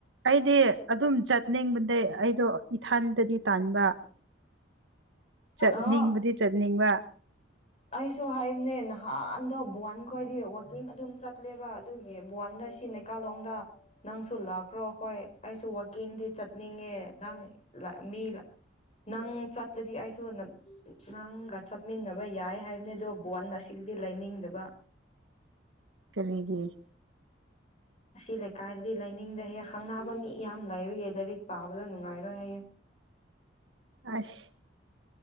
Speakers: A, on the right; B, on the left.
A: ꯑꯩꯗꯤ ꯑꯗꯨꯝ ꯆꯠꯅꯤꯡꯕꯅꯦ ꯑꯩꯗꯣ ꯏꯊꯥꯟꯗꯗꯤ ꯇꯥꯟꯕ ꯆꯠꯅꯤꯡꯕꯗꯤ
B: ꯑꯣ
A: ꯆꯠꯅꯤꯡꯕ
B: ꯑꯩꯁꯨ ꯍꯥꯏꯝꯅꯦ ꯅꯍꯥꯟꯗ ꯕꯣꯟ ꯈꯣꯏꯗꯤ ꯋꯥꯋꯥꯛꯀꯤꯡ ꯑꯗꯨꯝ ꯆꯠꯂꯦꯕ ꯑꯗꯨꯒꯤ ꯕꯣꯟꯗ ꯇꯤꯅꯦꯀꯥꯂꯣꯡꯗ ꯅꯪꯁꯨ ꯂꯥꯛꯈ꯭ꯔꯣ ꯑꯩꯈꯣꯏ ꯑꯩꯁꯨ ꯋꯥꯛꯀꯤꯡꯗꯤ ꯆꯠꯅꯤꯡꯉꯦ ꯅꯪ ꯂ ꯃꯤ ꯅꯪ ꯆꯠꯂꯗꯤ ꯑꯩꯁꯨ ꯅ ꯅꯪꯒ ꯆꯠꯃꯤꯟꯅꯕ ꯌꯥꯏ꯫ ꯍꯥꯏꯕꯅꯦ ꯑꯗꯨꯣ ꯕꯣꯟ ꯑꯁꯤꯗꯗꯤ ꯂꯩꯅꯤꯡꯗꯕ
A: ꯀꯒ
B: ꯑꯁꯤ ꯂꯩꯀꯥꯏꯗꯗꯤ ꯂꯥꯏꯅꯤꯡꯗ ꯍꯌꯦ ꯈꯪꯅꯕ ꯃꯤ ꯌꯥꯝ ꯂꯥꯏꯔꯨꯌꯦ ꯂꯥꯏꯔꯤꯛ ꯄꯥꯕꯗ ꯅꯨꯡꯉꯥꯏꯔꯣꯏ ꯍꯌꯦ
A: ꯑꯁ